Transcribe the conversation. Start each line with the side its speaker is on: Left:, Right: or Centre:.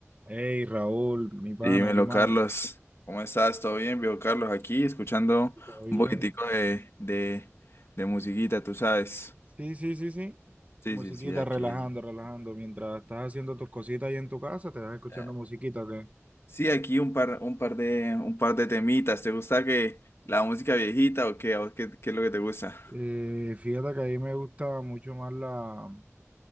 Right: Hey Raúl, mi pana,
Left: Dímelo,
Right: ¿qué más?
Left: Carlos. ¿Cómo estás? ¿Todo bien? Viejo Carlos, aquí escuchando
Right: ¿Todo bien?
Left: un poquitico de, de, de musiquita, tú sabes.
Right: Sí, sí, sí, sí.
Left: Sí,
Right: Musiquita,
Left: sí, sí, aquí.
Right: relajando, relajando. Mientras estás haciendo tus cositas ahí en tu casa, te vas escuchando
Left: eh,
Right: musiquita, ¿ok?
Left: Sí, aquí un par, un par de, un par de temitas. ¿Te gusta que la música viejita o qué? ¿A vos qué, qué es lo que te gusta?
Right: Eh, fíjate que a mí me gusta mucho más la,